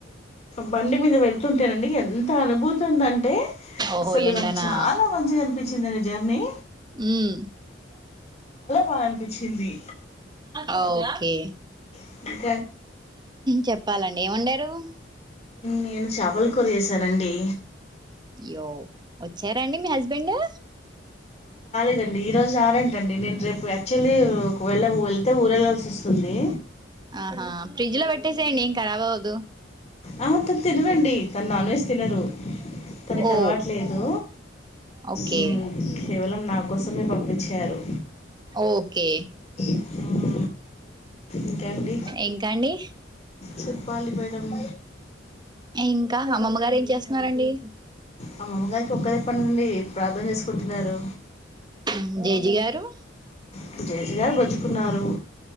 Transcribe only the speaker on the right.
ఓహో
ఎండనా
యూ
ఆ ఓకే
చెప్పాలండి ఏ ముండారు తు
య్యో వచ్చారండి మీ హస్బెండ్ యూ
ఆహా ఫ్రిజ్లో పెట్టేసేయండి ఏం కరాబ్ అవ్వదు
ఓ
ఓకే
ఓకే
ఇంకా అండి
ఇంకా అమ్మమ్మ గారు ఏం చేస్తున్నారండి
యూ జేజి గారు